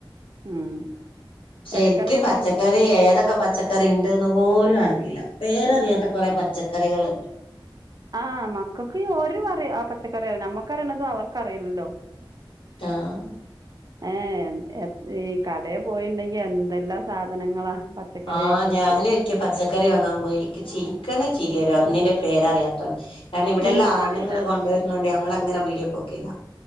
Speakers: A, on the right; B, on the left.
A: ഉം
B: ശരിക്ക്
A: ഇലക്കറിയൊന്നും
B: പച്ചക്കറി ഏതൊക്കെ പച്ചക്കറി ഇണ്ട്ന്ന് പോലും അറിയില്ല പേരറിയാത്ത കൊറെ പച്ചക്കറികള്ണ്ട്
A: ആഹ് മക്കൾക്ക് ഒരു <unintelligible> ആ പച്ചക്കറി നമ്മക്കറിയണതും അവർക്ക് അറിയില്ലല്ലോ
B: ആഹ്
A: ആ ഏ എ കടയിൽ പോയിണ്ടെങ്കി എന്തെല്ലാം സാധനങ്ങളാ പച്ചക്കറി
B: ആ
A: ഐറ്റംസ്
B: ഞാനും ഇരിക്ക പച്ചക്കറി വാങ്ങാൻ പോയിക്ക് ചിരിക്കന ചിരി വരും അന്നിന്റെ പേരറിയാത്ത കാരണം ഇവിടെല്ലാം
A: ഇൻക്കറീല
B: ആണങ്ങള് കൊണ്ടുവരുന്നണ്ടേ ഞങ്ങള് അങ്ങനെ പീടിയ പോക്കില്ല